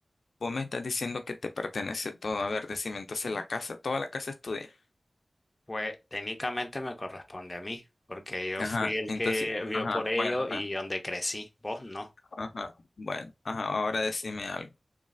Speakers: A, on the left; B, on the left.
A: vos me estás diciendo que te pertenece todo. A ver, decime, entonces la casa, toda la casa es tuya.
B: Pues técnicamente me corresponde a mí, porque yo
A: Ajá,
B: fui el
A: entonces,
B: que vio
A: ajá,
B: por
A: bueno,
B: ello
A: pues,
B: y donde crecí, vos no.
A: ajá, bueno, ajá, ahora decime algo.